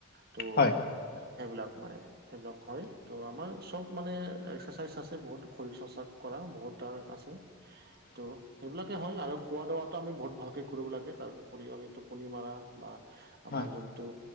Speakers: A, on the right; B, on the left.
A: ত'
B: হয়
A: সেইবিলাক মানে সেইবিলাক হয় ত' আমাৰ চব মানে এক্সাৰচাইজ আছে বহুত শৰীৰ চৰ্চাপ কৰা বহুত তাৰ আছে।
B: <inaudible>
A: ত' সেইবিলাকে হয় আৰু খোৱাবোৱাটো আমি বহুত ভালকৈ কৰিব লাগে তাৰ উপৰিও আমি টোপনি মাৰা বা আমাৰ
B: হয়
A: যোনটো